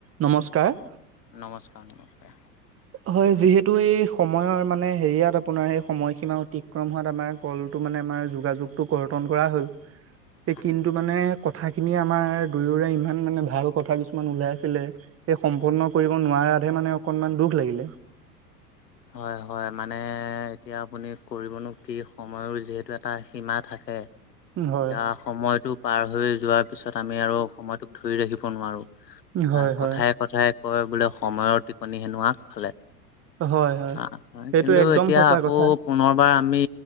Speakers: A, on the right; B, on the left.
A: <inaudible> নমস্কাৰ।
B: নমস্কাৰ-নমস্কাৰ। <unintelligible>
A: হয়, যিহেতু এই সময়ৰ মানে হেৰিয়াত আপোনাৰ সেই সময়সীমা অতিক্ৰম হোৱাত আমাৰ <inaudible> কলটো মানে আমাৰ যোগাযোগটো কৰ্তন কৰা হ'ল। <inaudible>
B: <inaudible>
A: <unintelligible> কিন্তু মানে কথাখিনি আমাৰ দুয়োৰে ইমান মানে ভাল কথা কিছুমান ওলাই আছিলে। <inaudible> সেই সম্পূৰ্ণ কৰিব নোৱাৰাতহে মানে অকনমান দুখ লাগিলে। <inaudible>
B: হয়-হয়। মানে এতিয়া আপুনি কৰিবনো কি সময়ৰো যিহেতু এটা সীমা থাকে। <inaudible>
A: হয়
B: এতিয়া সময়টোক <inaudible> পাৰ হৈ যোৱাৰ পিছত আমি আৰু সময়টোক ধৰি ৰাখিব নোৱাৰোঁ। <inaudible>
A: হয় হয়
B: কথাই-কথাই কয় বোলে সময়ৰ টিকনি হেনো আগফালে। <inaudible>
A: হয় হয়
B: <inaudible>
A: সেইটো
B: কিন্তু
A: একদম
B: এতিয়া
A: সঁচা
B: আকৌ
A: কথা
B: পুনৰবাৰ আমি